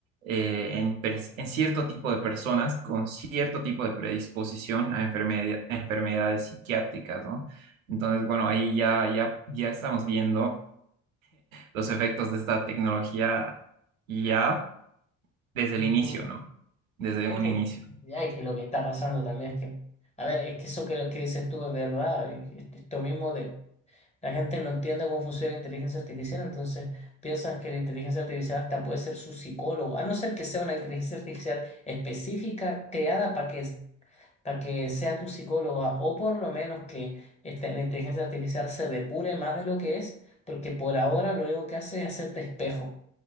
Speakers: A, on the right; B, on the left.
A: eh, en, pers- en cierto tipo de personas con cierto tipo de predisposición a, enfermedad- a enfermedades psiquiátricas, ¿no? Entonces, bueno, ahí ya, ya, ya estamos viendo los efectos de esta tecnología ya desde
B: ujú.
A: el inicio, ¿no? Desde
B: Es
A: un
B: que,
A: inicio.
B: ya es que lo que está pasando también es que, a ver, es que eso que, lo que dices tú es verdad. y y Esto mismo de La gente no entiende cómo funciona la inteligencia artificial, entonces piensan que la inteligencia artificial hasta puede ser su psicólogo, a no ser que sea una inteligencia artificial específica creada para que, es- para que sea tu psicóloga, o por lo menos que esta- la inteligencia artificial se depure más de lo que es, porque por ahora lo único que hace es hacerte espejo.